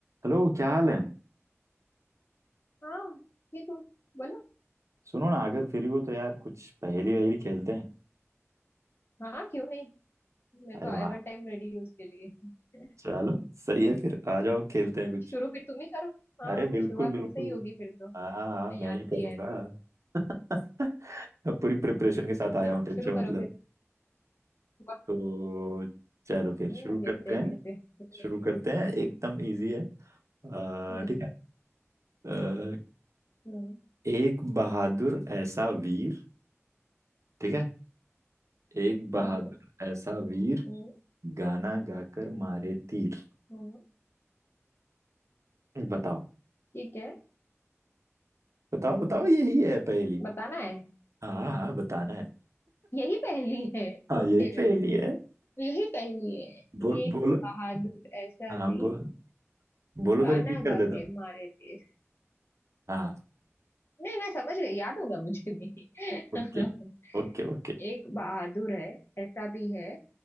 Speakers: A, on the right; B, on the left.
A: Hello क्या हाल है
B: हाँ ठीक हो बोलो
A: सुनो ना अगर फ्री हो तो यार कुछ पहेली वहेली खेलते हैं
B: हाँ क्यों नहीं मैं
A: अरे
B: तो
A: वाह
B: एवर टाइम रेडी हूँ उसके लिए <laughs>
A: चलो सही है फिर आ जाओ खेलते हैं कुछ
B: शुरू फिर तुम ही करो हाँ
A: अरे बिल्कुल
B: शुरुआत
A: बिल्कुल
B: तुमसे ही होगी फिर तो
A: हाँ हाँ,
B: नहीं
A: मैं
B: आती
A: ही करूँगा
B: है तो
A: <laughs> मैं पूरी प्रिपरेशन
B: हम्म,
A: के साथ आया
B: चलो
A: हूँ टेंशन
B: शुरू
A: मतलब
B: करो फिर बहुत
A: तो चलो फिर
B: हम्म
A: शुरू
B: देखते
A: करते
B: हैं
A: हैं
B: देखते हैं कितनी
A: शुरू करते हैं एकदम इजी है आ,
B: हम्म
A: ठीक है आ,
B: हम्म
A: एक बहादुर ऐसा वीर ठीक है एक बहादुर
B: हम्म
A: ऐसा वीर
B: हम्म
A: गाना गाकर मारे तीर
B: हम्म,
A: बताओ
B: ठीक है
A: बताओ बताओ यही है पहेली
B: बताना है
A: हाँ हाँ बताना है
B: यही पहेली है
A: हाँ
B: ओके
A: यही पहेली है
B: यही पहेली है
A: बोल
B: एक
A: बोलो
B: बहादुर ऐसा
A: हाँ
B: भी
A: बोल बोलो
B: गाना
A: तो रिपीट कर
B: गा
A: देता
B: के
A: हूँ।
B: मारे थे
A: हाँ
B: नहीं मैं समझ गई याद होगा मुझे भी <laughs>
A: Okay okay okay
B: एक बहादुर है ऐसा भी है